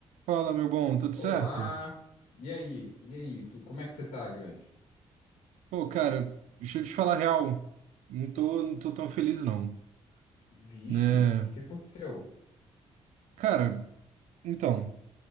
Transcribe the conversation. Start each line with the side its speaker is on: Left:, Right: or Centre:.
Right: Fala, meu bom, tudo
Left: Olá!
Right: certo?
Left: E aí? E aí? Tu, como é que você tá, grande?
Right: Pô, cara, deixa eu te falar a real. Não tô, não tô tão feliz, não.
Left: Vixe,
Right: Né?
Left: o que que aconteceu?
Right: Cara, então,